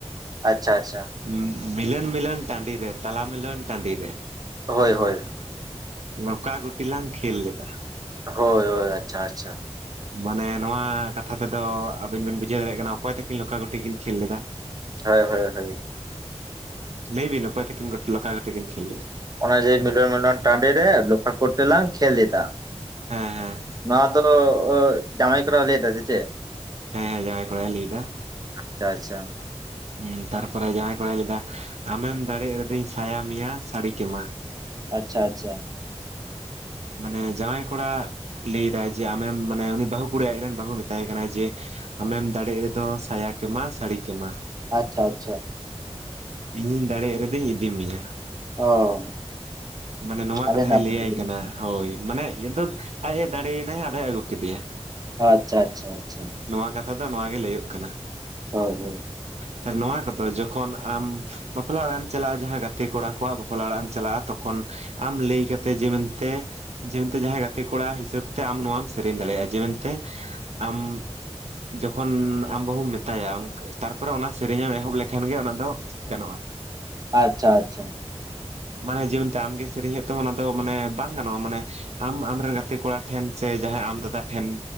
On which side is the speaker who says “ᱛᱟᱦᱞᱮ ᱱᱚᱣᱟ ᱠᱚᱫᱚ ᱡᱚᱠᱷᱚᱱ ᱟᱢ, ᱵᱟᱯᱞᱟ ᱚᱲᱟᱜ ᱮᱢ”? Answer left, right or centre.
Right